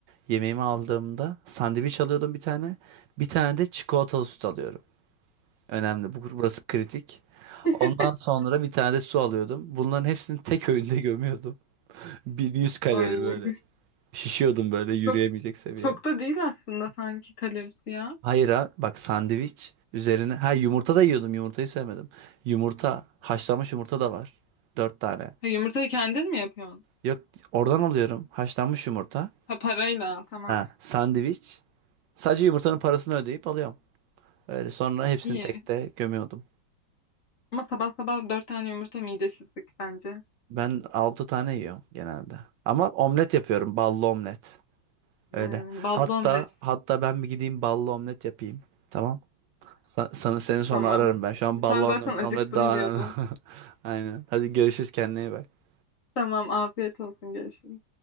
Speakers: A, on the right; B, on the left.
A: Yemeğimi aldığımda sandviç alıyordum bir tane. Bir tane de çikolatalı süt alıyorum. Önemli. Bu, burası kritik.
B: <laughs>
A: Ondan sonra bir tane de su alıyordum. Bunların hepsini tek öğünde gömüyordum. <laughs> Bir, bir yüz kalori
B: Ay,
A: böyle. Şişiyordum böyle yürüyemeyecek
B: çok
A: seviye.
B: çok da değil aslında sanki kalorisi ya.
A: Hayır ha bak sandviç üzerine. Ha yumurta da yiyordum yumurtayı sevmedim. Yumurta haşlanmış yumurta da var. Dört tane.
B: Ha, yumurtayı kendin mi yapıyorsun?
A: Yok oradan alıyorum haşlanmış yumurta.
B: Ha parayla tamam.
A: Ha sandviç. Sadece yumurtanın parasını ödeyip alıyorum. Öyle sonra hepsini
B: İyi.
A: tek de gömüyordum.
B: Ama sabah sabah dört tane yumurta midesizlik bence.
A: Ben 6 tane yiyorum genelde. Ama omlet yapıyorum. Ballı omlet.
B: Ee,
A: Öyle.
B: ballı
A: Hatta
B: omlet.
A: hatta ben bir gideyim ballı omlet yapayım. Tamam. Sa- Sana seni sonra
B: Tamam.
A: ararım ben. Şu an ballı
B: Sen zaten
A: omlet,
B: acıktım
A: omlet daha
B: diyordun.
A: önemli. <laughs> Aynen. Hadi görüşürüz kendine iyi bak.
B: Tamam afiyet olsun görüşürüz.